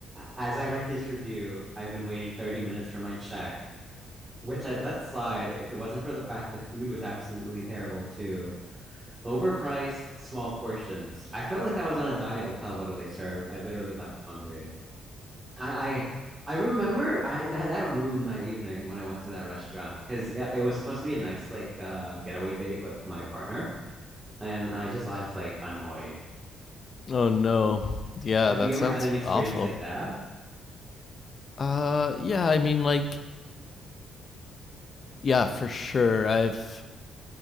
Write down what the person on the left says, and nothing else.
oh no. Yeah,
that
sounds
awful.
Uh, yeah. I mean, like, yeah, for sure. I've